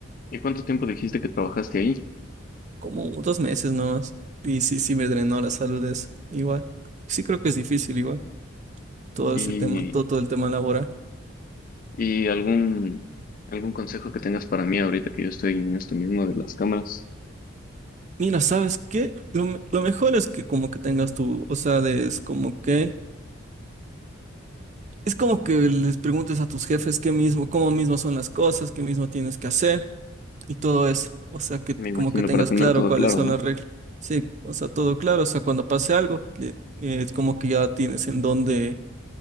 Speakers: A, on the left; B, on the right.
A: ¿Y cuánto tiempo dijiste que trabajaste ahí?
B: como dos meses nomás. Y sí, sí me drenó la salud eso. Igual. Sí creo que es difícil igual. Todo
A: ¿Y,
B: ese tema, todo, todo el tema laboral.
A: y algún, algún consejo que tengas para mí ahorita que yo estoy en esto mismo de las cámaras?
B: Mira, ¿sabes qué? Lo, me- lo mejor es que como que tengas tu, o sea, de- es como que, es como que les preguntes a tus jefes qué mismo, cómo mismo son las cosas, qué mismo tienes que hacer y todo eso. O sea, que
A: Me imagino
B: como que tengas
A: para tener
B: claro
A: todo
B: cuáles
A: claro,
B: son
A: ¿no?
B: las reglas. Sí, o sea, todo claro. O sea, cuando pase algo, le- eh, es como que ya tienes en dónde